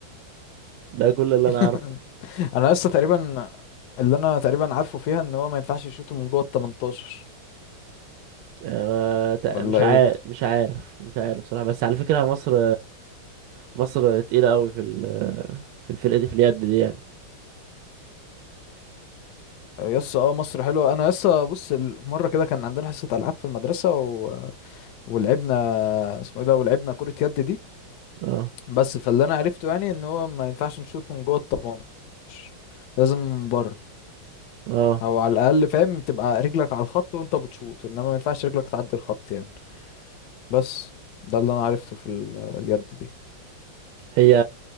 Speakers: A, on the right; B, on the left.
A: ده كل اللي
B: <laughs>
A: انا اعرفه
B: انا لسه تقريبا اللي انا تقريبا عارفه فيها ان هو ما ينفعش يشوطه من جوه ال 18
A: آه، ما تق-
B: ولا
A: مش عارف
B: ايه
A: مش عارف مش عارف صراحة بس على فكرة مصر مصر تقيلة قوي في ال- في الفرقة دي في اليد دي يعني
B: يس اه مصر حلوه انا لسه بص ال- مره كده كان عندنا حصه العاب في المدرسه و... ولعبنا اسمه ايه ده ولعبنا كره يد دي
A: اه
B: بس فاللي انا عرفته يعني ان هو ما ينفعش نشوط من جوه ال 18 لازم من بره
A: اه
B: او على الاقل فاهم تبقى رجلك على الخط وانت بتشوط انما ما ينفعش رجلك تعدي الخط يعني بس ده اللي انا عرفته في ال... اليد دي
A: هي